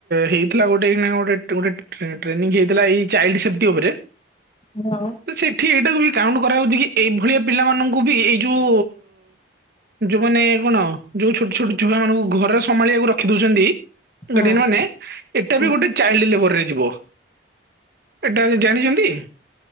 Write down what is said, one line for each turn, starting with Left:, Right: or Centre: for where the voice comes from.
Right: ହେଇଥିଲା ଗୋଟେ ଏଇନା ଗୋଟେ ଟୁ ଗୋଟେ ଟ୍ରେ-ଟ୍ରେ-ଟ୍ରେନିଂ ହେଇଥିଲା ଏଇ ଚାଇଲ୍ଡ ସେଫ୍ଟି ଓପରେ।
Left: ହାଲୋ। <inaudible>
Right: ସେଠି ଏଇଟାକୁ ବି କାଉଣ୍ଟ କରାହୋଉଚି କି ଏଇଭଳିଆ ପିଲାମାନଙ୍କୁ ବି ଏଇ ଯୋଉ ଯୋଉମାନେ କଣ ଯୋଉ ଛୋଟ ଛୋଟ ଛୁଆ ମାନଙ୍କୁ ଘରେ ସମ୍ଭାଳିବାକୁ ରଖି ଦୋଉଚନ୍ତି।
Left: ହୁଁ
Right: ଗାଡିଆନ ମାନେ ଏଟା
Left: ହୁଁ
Right: ବି ଗୋଟେ ଚାଇଲ୍ଡ ଲେବରରେ ଯିବ। ଏଟା ଆଗେ ଜାଣିଚନ୍ତି?